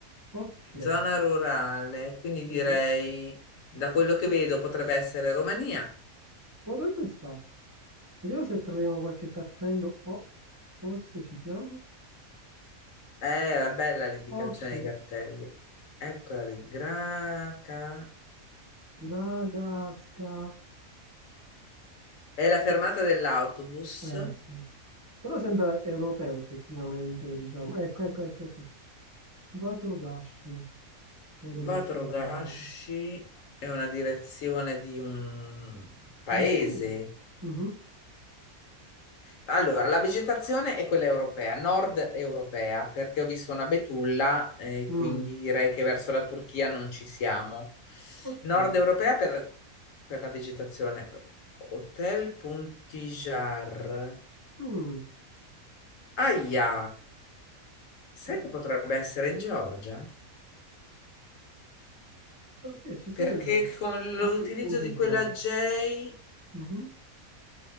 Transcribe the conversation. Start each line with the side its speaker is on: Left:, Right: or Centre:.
Right: Ok,
Left: Zona rurale, quindi
Right: dico,
Left: direi, da quello che vedo, potrebbe essere Romania.
Right: potrebbe starci. Vediamo se troviamo qualche cartello. Oh, forse ci siamo.
Left: Eh, era bella l'indicazione
Right: Ok,
Left: dei cartelli. Eccola lì, Graca.
Right: Bradasca.
Left: È la fermata dell'autobus.
Right: Eh sì. Però sembra europeo effettivamente, diciamo. Ecco, ecco, ecco, ecco. Quattro gasci, credo
Left: Vatrogashi
Right: che sia. un-
Left: è una direzione di un paese.
Right: L'integno. Mhm.
Left: Allora, la vegetazione è quella europea, nord europea, perché ho visto una betulla, eh,
Right: Mm,
Left: quindi direi che verso la Turchia non ci siamo.
Right: ok.
Left: Nord europea per, per la vegetazione. Hotel Puntijar.
Right: Mm,
Left: Aia, sai
Right: che...
Left: che potrebbe essere in Georgia?
Right: Allora, sì, ci sto
Left: Perché
Right: pensando.
Left: con
Right: Staripuntigiar.
Left: l'utilizzo di quella J
Right: Mhm.